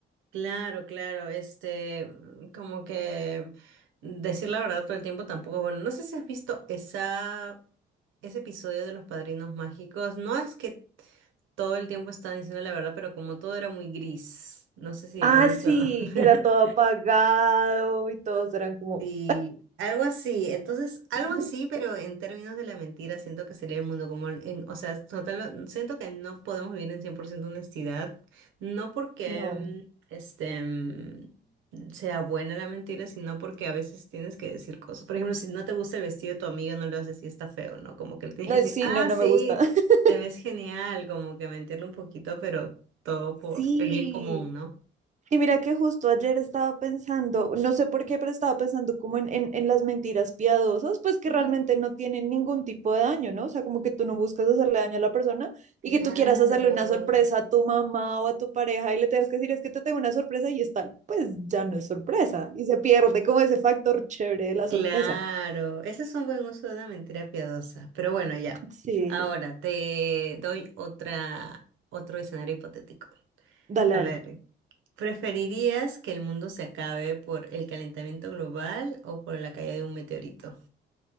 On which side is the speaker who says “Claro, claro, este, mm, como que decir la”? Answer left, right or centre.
Right